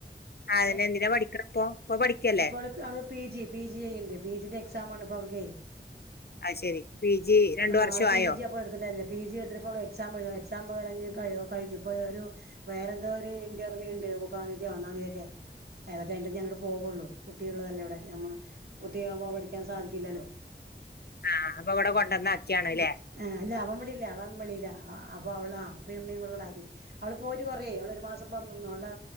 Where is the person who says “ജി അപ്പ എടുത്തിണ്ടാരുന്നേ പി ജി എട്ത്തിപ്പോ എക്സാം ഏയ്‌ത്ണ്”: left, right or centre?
Right